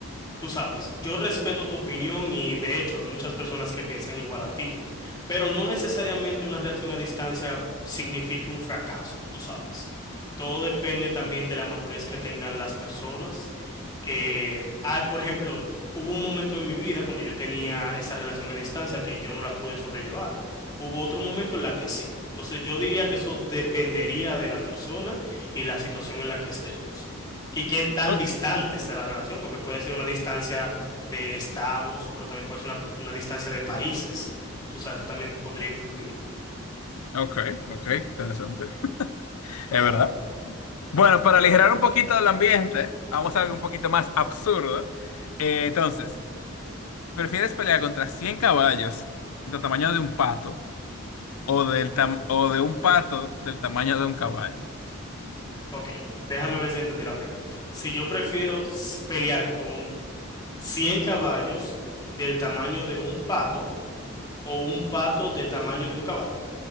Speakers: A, on the left; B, on the left.
A: Tú sabes, yo respeto tu opinión y de hecho hay muchas personas que piensan igual a ti, pero no necesariamente una relación a distancia signifique un fracaso, tú sabes. Todo depende también de la madurez que tengan las personas. Eh, ah, por ejemplo, hubo un momento en mi vida cuando yo tenía esa relación a distancia que yo no la pude sobrellevar. Hubo otro momento en la que sí. Entonces yo diría que eso dependería de la persona y la situación en la que estemos y qué tan
B: ok,
A: distante está la relación, porque puede ser una distancia de estados, pero también puede ser una, una distancia de países. Tú sabes, eso también podría influir.
B: ok, ok, interesante. <laughs>
A: Claro.
B: Es verdad. Bueno, para aligerar un poquito el ambiente, vamos a algo un poquito más absurdo. Eh, entonces, ¿prefieres pelear contra 100 caballos de tamaño de un pato o, del tam- o de un pato del tamaño de un caballo.
A: Ok, déjame ver si entendí la pregunta. Si yo prefiero s- pelear con 100 caballos del tamaño de un pato o un pato de tamaño de un caballo.